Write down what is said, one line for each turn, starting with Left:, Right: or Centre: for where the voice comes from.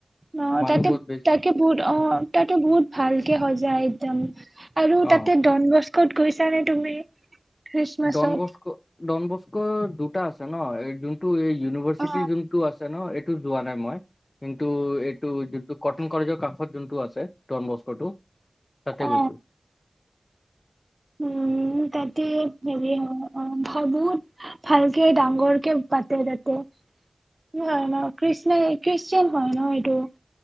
Right: অ
Left: মানুহ
Right: তাতে
Left: বহুত বেছি
Right: তাকে বহুত অ তাতে বহুত ভালকে হয় আইটাম আৰু
Left: অ
Right: তাতে ডন বস্কো ক'ত গৈছা নে তুমি খ্ৰীষ্টমাছত
Left: ডন বস্কো ডন বস্ক দুটা আছে ন এই যোনটো এই ইউনিভাৰ্চিটিৰ
Right: অ
Left: যোনটো আছে ন সেইটো যোৱা নাই মই কিন্তু এইটো যোনটো কটন কলেজৰ কাষত যোনটো আছে ডন বস্ক টো তাতে
Right: অ
Left: গৈছো
Right: উম তাতে হেৰি হয় বহুত ভালকে ডাঙৰকে পাতে তাতে খ্ৰীষ্ট খ্ৰীষ্টান হয় ন এইটো